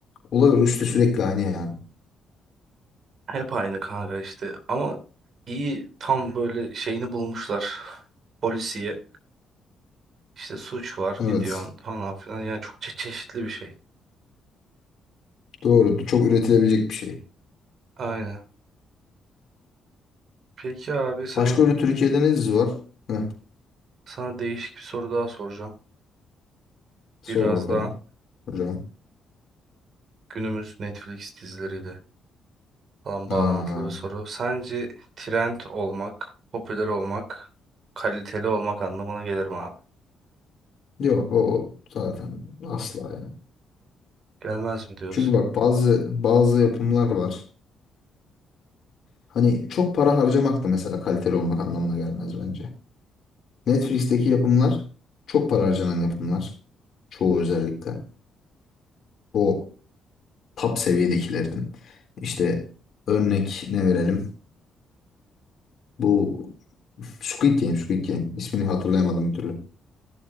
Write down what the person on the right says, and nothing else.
Hep aynı kanka işte. Ama iyi tam böyle şeyini bulmuşlar. Polisiye. İşte suç var
gidiyorsun falan filan. Yani çok çe- çeşitli bir şey.
Aynen. Peki abi sana
sana değişik bir soru daha soracağım.
Biraz
daha
günümüz Netflix dizileriyle falan bağlantılı
bir soru. Sence trend olmak, popüler olmak, kaliteli olmak anlamına gelir mi abi?
Gelmez mi diyorsun?